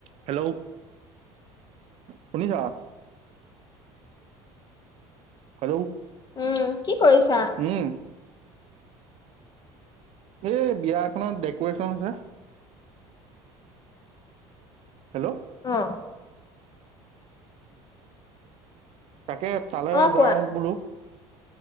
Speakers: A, on the right; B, on the left.
A: Hello, শুনিছাঁ? Hello,
B: উম কি কৰিছাঁ?
A: উম। এই বিয়া এখনত ডেক'ৰেচন আছে। হেল্ল।
B: অ।
A: তাকে তালে
B: অ
A: যাওঁ
B: কোৱা
A: বোলো।